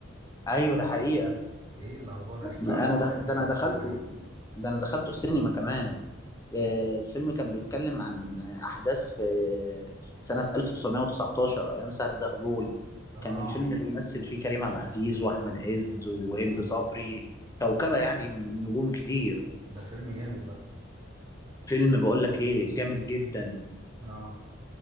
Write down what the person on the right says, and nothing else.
ايه الاخبار احكي
لي بقى الفيلم
كان
بيتكلم
عن ايه
اه
اه
ده
ده فيلم جامد بقى
اه